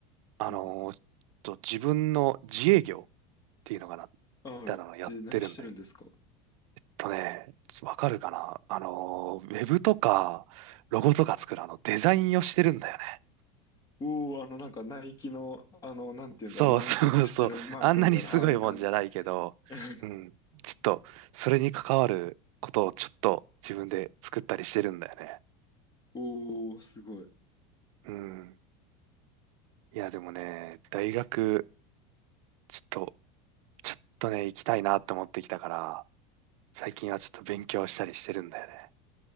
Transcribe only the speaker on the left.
うん。あはい。
え、何してるんですか
うん。
おー、あの、なんか、ナイキの、あの、なんて言うんだろう、
湾曲してるマークみたいな、
ああいう感じ。<laughs>
おー、すごい。